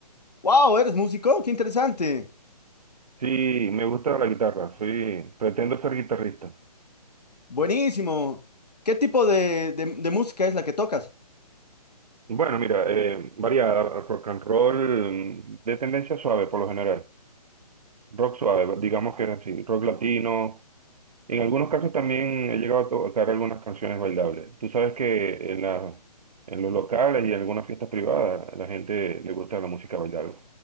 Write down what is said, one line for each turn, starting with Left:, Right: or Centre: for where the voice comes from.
Left: ¡Wow! ¿Eres músico? ¡Qué interesante!
Right: Sí, me gusta la guitarra, soy, pretendo ser guitarrista.
Left: Buenísimo. ¿Qué tipo de, de- de música es la que tocas?
Right: Bueno, mira, eh, variada, rock and roll, mm, de tendencia suave por lo general, rock suave, digamos que era así, rock latino, En algunos casos también he llegado a tocar algunas canciones bailables. Tú sabes que en la- en los locales y en algunas fiestas privadas a la gente le gusta la música bailable.